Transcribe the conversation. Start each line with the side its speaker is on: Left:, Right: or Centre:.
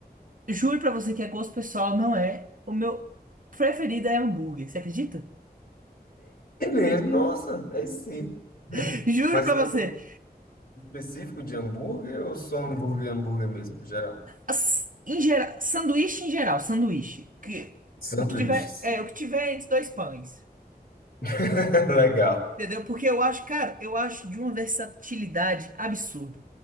Right: juro pra você que é gosto pessoal, não é. O meu preferido é hambúrguer, você acredita?
Left: É mesmo, nossa, é sim.
Right: <laughs> Juro
Left: Mas
Right: pra
Left: tem algum
Right: você.
Left: específico de hambúrguer ou só hambúrguer, hambúrguer mesmo, geral?
Right: as- em geral, sanduíche em geral, sanduíche, que
Left: Sanduíches.
Right: o que tiver, é, o que tiver entre dois pães.
Left: <laughs> Legal,
Right: Entendeu? Porque eu acho, cara, eu acho de uma versatilidade absurda.